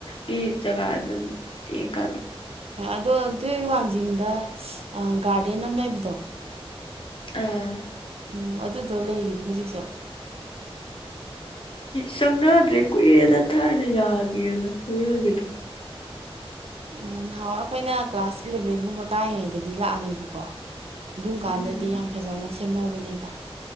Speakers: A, on the left (about 60°); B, on the right (about 75°).
A: ꯒꯤ ꯆꯒꯥ ꯑꯗꯨ ꯌꯦꯡ ꯀꯥꯟꯗꯣ
B: ꯑ ꯑꯗꯣ ꯗꯨꯏ ꯋꯥꯡꯖꯤꯡꯗ ꯒꯥꯔꯗꯦꯟ ꯑꯃ ꯂꯩꯕꯗꯣ
A: ꯎꯝ
B: ꯎꯝ ꯑꯗꯨꯗꯣ ꯂꯩꯔꯤꯕ ꯍꯧꯖꯤꯛꯁꯨ
A: ꯆꯪꯅꯗ꯭ꯔꯦ ꯀꯨꯏꯔꯦꯗ ꯊꯥꯥꯏꯅ ꯌꯥꯒꯤꯗꯅ ꯆꯪꯅꯒꯦꯗ꯭ꯔ
B: ꯎꯝ ꯅꯍꯥꯟꯋꯥꯏ ꯑꯩꯈꯣꯏꯅ ꯀ꯭ꯂꯥꯁ ꯏꯂꯚꯦꯟꯒꯨꯝꯕ ꯀꯥꯏꯔꯤꯉꯩꯗꯗꯤ ꯂꯥꯛꯑꯝꯃꯦꯕꯀꯣ ꯑꯗꯨꯝ ꯀꯥꯟꯗꯗꯤ
A: ꯎꯝ
B: ꯌꯥꯝ ꯐꯖꯅ ꯁꯦꯝꯍꯧꯕꯅꯦꯕ